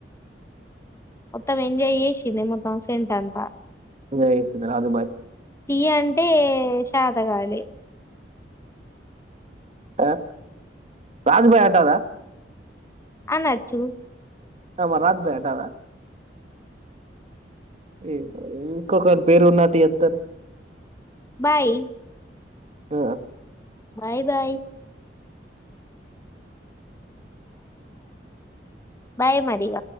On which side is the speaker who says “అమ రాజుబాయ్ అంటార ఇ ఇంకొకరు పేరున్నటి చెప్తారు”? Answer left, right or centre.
Right